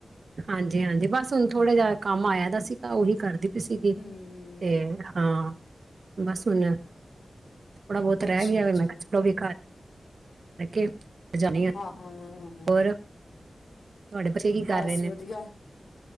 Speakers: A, on the right; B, on the left.
A: ਹਾਂਜੀ-ਹਾਂਜੀ, ਬਸ ਹੁਣ ਥੋੜ੍ਹਾ ਜਿ ਕੰਮ ਆਇਆ ਦਾ ਸੀਗਾ ਉਹੀ ਕਰਦੀ ਸੀਗੀ,
B: ਹਮ
A: ਤੇ ਹਾਂ। ਬਸ ਹੁਣ ਥੋੜ੍ਹਾ ਬਹੁਤ
B: ਅੱਛਾ
A: ਰਹਿ ਗਿਆ
B: ਅੱਛਾ
A: ਵੇ, ਮੈਂ ਕਿਹਾ ਚਲੋ ਉਹ ਵੀ ਕਰਕੇ ਜਾਣੀ ਐ।
B: ਹਾਂ ਹਾਂ
A: ਹੋਰ, ਤੁਹਾਡੇੇ ਬੱਚੇ ਕੀ ਕਰ
B: ਬਸ
A: ਰਹੇ ਨੇ
B: ਵਧੀਆ।